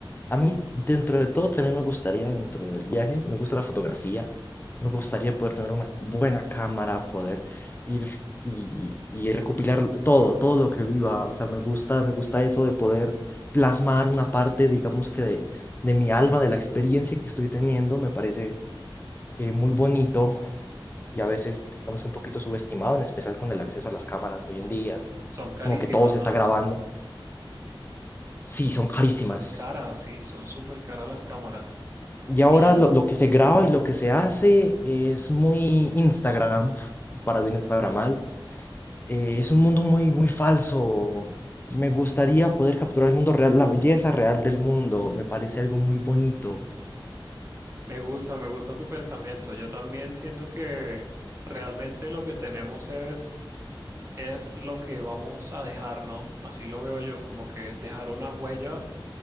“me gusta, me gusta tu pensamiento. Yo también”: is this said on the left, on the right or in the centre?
Right